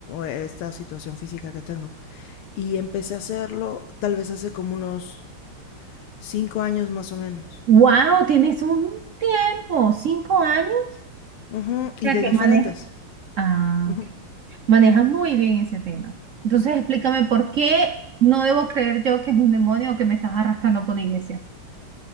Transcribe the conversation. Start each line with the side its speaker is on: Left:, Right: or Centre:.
Left: esta situación física que tengo. Y empecé a hacerlo tal vez hace como unos cinco años más o menos.
Right: wow, tienes un tiempo, cinco años,
Left: Ujú,
Right: para
Left: Y de
Right: que
Left: diferentes.
Right: manejas. Ah,
Left: Ujú.
Right: ok. Manejas muy bien ese tema. Entonces, explícame por qué no debo creer yo que es un demonio o que me estás arrastrando por una iglesia.